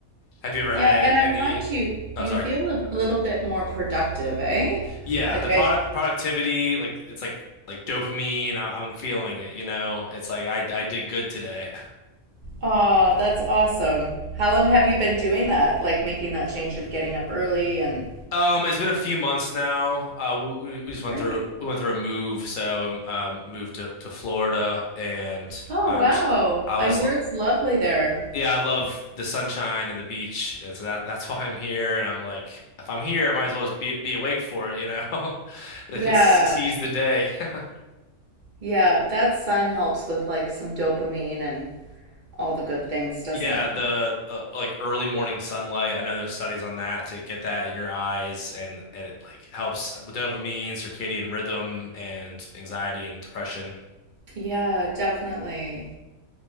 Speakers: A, on the left (about 60°); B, on the right (about 50°).
A: Have you ever
B: Yeah,
A: had any,
B: and I
A: any
B: find you
A: oh
B: you
A: sorry,
B: feel
A: go
B: a little
A: ahead.
B: bit more productive, eh?
A: Yeah,
B: Like
A: the
B: I
A: product productivity, like it's like like dopamine, I, I'm feeling it, you know? It's like I I did good today.
B: Oh, that's awesome. How long have you been doing that? Like making that change of getting up early and
A: Um, it's been a few months now. Uh, we, we we just went
B: great.
A: through we went through a move, so um, um, moved to, to Florida, and
B: Oh,
A: I
B: wow.
A: was I
B: I
A: was
B: hear
A: lo-
B: it's lovely there.
A: yeah, I love the sunshine and the beach, and so that that's <laughs> why I'm here. And I'm like, if I'm here, I might as well just be be awake for it, you know, <laughs>
B: Yeah.
A: seize the day. <laughs>
B: Yeah, that sun helps with like some dopamine and all the good things, doesn't
A: Yeah,
B: it?
A: the uh, like early morning sunlight. I know there's studies on that to get that in your eyes, and and it like helps with dopamine, circadian rhythm, and anxiety and depression.
B: Yeah, definitely.